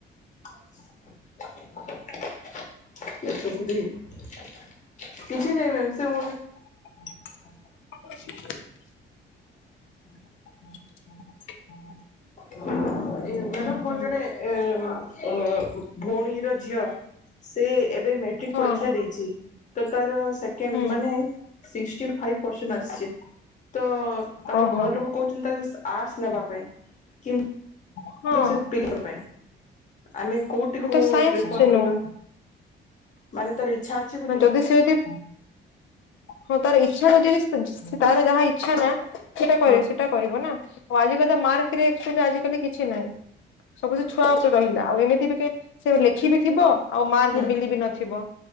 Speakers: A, on the left; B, on the left.
A: ଏତେ ପୁରୀ <unintelligible> କିଛି ନାଇଁ ମ୍ୟାମ ସେ ମୋଠୁ
B: <inaudible> <unintelligible>
A: ମ୍ୟାଡାମ
B: ହୁଁ
A: ମୋର
B: ହୁଁ
A: ଜଣେ ଏ ଭଉଣୀର ଝିଅ। ସେ ଏବେ ମେଟ୍ରିକ
B: ହଁ
A: ପରୀକ୍ଷା ଦେଇଚି ତ ତାର ସେକେଣ୍ଡ
B: ହୁଁ
A: ମାନେ ଶିଷ୍ଟି ଫାଇପ ପରସେଣ୍ଟ ଆସିଚି ତୋ ତାଙ୍କ
B: ଓହୋ
A: ଘରଲୋକ କହୁଛନ୍ତି ତାକୁ ଆର୍ଶ ନେବାପାଇଁ। କିନ୍
B: ହଁ
A: ଯୋଉ ସେ ପିଲାଙ୍କର ପାଇଁ ଆମେ କୋଉଟିକୁ
B: ମୁଁ ତ ସାଇନ୍ସ
A: ପ୍ରିଫର
B: ନଉ
A: କରିବା? ମାନେ ତାର ଇଚ୍ଛା ଅଛି ବୋଲି
B: ମାନେ ଯଦି ସିଏ ଏଠି। ହଁ ତାର ଇଛା ହଉଚି ଯଦି ତାର ଯାହା ଇଛା ନା ସେଇଟା କହିବେ
A: ହଁ
B: ସେ ସେଟା କରିବନା ଆଜିକାଲି ତ ମାର୍କରେ ଆକ୍ଚୁଆଲି ଆଜିକାଲି କିଛିନାହିଁ। ସବୁ ସେ ଛୁଆ ଉପରେ ରହିଲା ଆଉ ଏମିତି ବି କି ସିଏ ଲେଖିବି ଥିବ ଆଉ ମାର୍କ
A: ହୁଁ
B: ବି ମିଲି ବିି ନଥିବ